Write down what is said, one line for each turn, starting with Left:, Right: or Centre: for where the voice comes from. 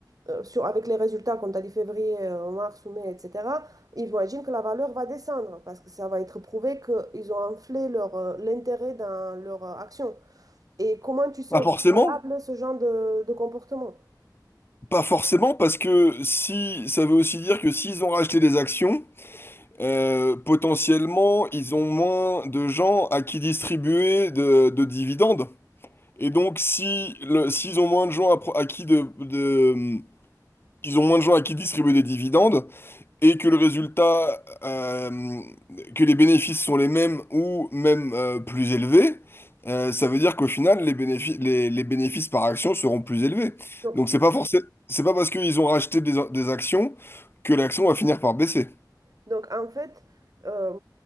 Right: euh, sur, avec les résultats qu'on t'a dit février, euh, mars ou mai, etc., ils vont imaginer que la valeur va descendre parce que ça va être prouvé qu'ils ont enflé leur, euh, l'intérêt dans leur euh, action. Et comment tu sais
Left: Pas
Right: au
Left: forcément,
Right: préalable ce genre de, de comportement?
Left: pas forcément, parce que si ça veut aussi dire que s'ils ont racheté des actions. Euh, potentiellement, ils ont moins de gens à qui distribuer de, de dividendes. Et donc, si le, s'ils ont moins de gens à, pro- à qui de, de- ils ont moins de gens à qui distribuer des dividendes et que le résultat, euh, que les bénéfices sont les mêmes ou même euh, plus élevés, euh, ça veut dire qu'au final, les bénéfices, les, les bénéfices par action seront plus élevés.
Right: Donc,
Left: Donc, c'est pas forcément, c'est pas parce qu'ils ont racheté des, des actions que l'action va finir par baisser.
Right: donc en fait, euh,